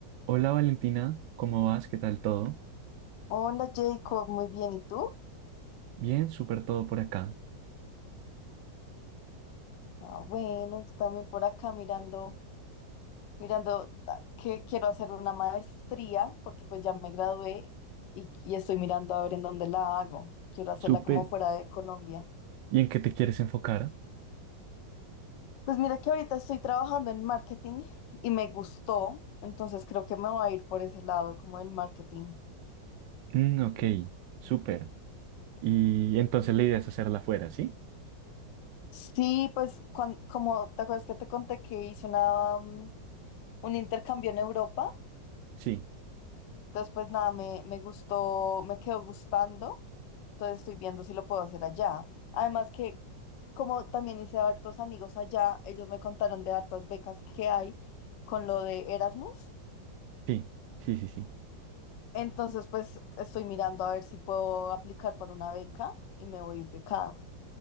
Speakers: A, on the right (about 80°); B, on the left (about 75°).
A: Hola Valentina, ¿cómo vas? ¿Qué tal todo?
B: Hola Jacob, muy bien, ¿y tú?
A: Bien, súper todo por acá.
B: Ah, bueno, yo también por acá mirando, mirando ah, que quiero hacer una maestría porque pues ya me gradué y, y estoy mirando a ver en dónde la hago. Quiero hacerla
A: Súper.
B: como fuera de Colombia.
A: ¿Y en qué te quieres enfocar?
B: Pues mira que ahorita estoy trabajando en marketing y me gustó, entonces creo que me voy a ir por ese lado, como el marketing.
A: Mm, ok, súper. Y entonces la idea es hacerla afuera, ¿sí?
B: Sí, pues cuan- como te acuerdas que te conté que hice una, mm, un intercambio en Europa.
A: Sí,
B: Entonces, pues nada, me, me gustó, me quedó gustando. Entonces estoy viendo si lo puedo hacer allá. Además que como también hice hartos amigos allá, ellos me contaron de hartas becas que hay con lo de Erasmus.
A: sí, sí, sí, sí.
B: Entonces, pues estoy mirando a ver si puedo aplicar para una beca y me voy becada.